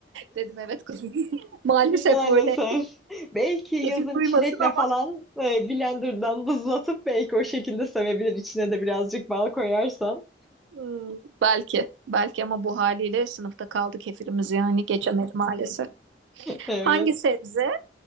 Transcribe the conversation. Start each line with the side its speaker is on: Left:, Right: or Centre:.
Right: Dedim evet kızım. <laughs> Maalesef
Centre: Maalesef.
Right: böyle
Centre: Belki yazın
Right: kefil duymasın
Centre: çilekle
Right: ama
Centre: falan e, blenderdan buzlatıp belki o şekilde sevebilir. İçine de birazcık bal koyarsan.
Right: hmm, belki belki ama bu haliyle sınıfta kaldı kefirimiz yani geçemedi maalesef.
Centre: Evet.
Right: Hangi sebze